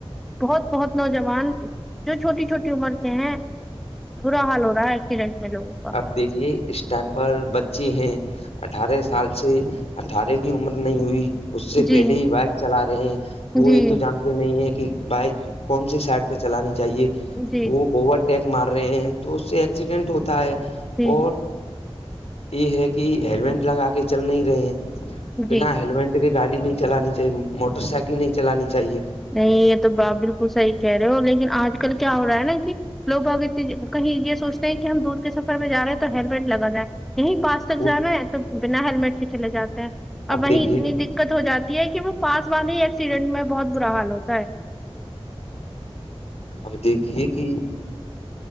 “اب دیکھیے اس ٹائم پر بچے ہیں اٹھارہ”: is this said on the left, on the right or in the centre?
Left